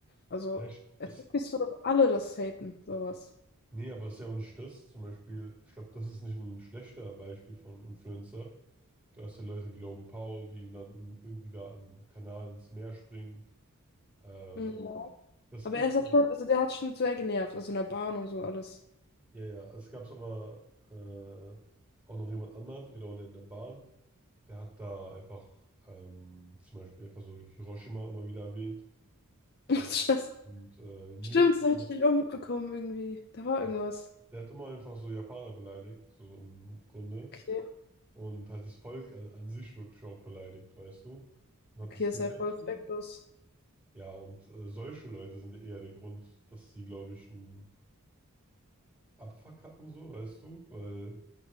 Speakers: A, on the left; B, on the right.
A: Also
B: Ja, ich- ist,
A: es ist nicht so, dass alle das haten, sowas.
B: nee, aber es ist ja auch nicht das. Zum Beispiel, ich glaube, das ist nicht ein schlechter Beispiel von Influencer. Du hast ja Leute wie Logan Paul, die ihn dann in, irgendwie da im Kanal ins Meer springen. Ähm,
A: Ja.
B: das
A: Aber
B: geht.
A: er ist halt schon, also der hat schon sehr genervt, also in der Bahn und so alles.
B: Ja, ja, es gab aber äh, auch noch jemand anderen, genau, der in der Bahn, der hat da einfach ähm, zum Beispiel einfach so Hiroshima immer wieder erwähnt,
A: <laughs>
B: ne?
A: Das ist
B: Und äh, Nuke
A: Stimmt,
B: und
A: das habe
B: so.
A: ich auch mitbekommen irgendwie. Da war
B: Ja.
A: irgendwas.
B: Der hat immer einfach so Japaner beleidigt, so im Grunde.
A: Okay.
B: Und halt das Volk an, an sich wirklich auch beleidigt, weißt du? Und hat
A: Okay,
B: das
A: ist
B: gelivestreamt.
A: ja voll respektlos.
B: Ja, und äh, solche Leute sind ja eher der Grund, dass sie, glaube ich, einen Abfuck hatten, so, weißt du? Weil.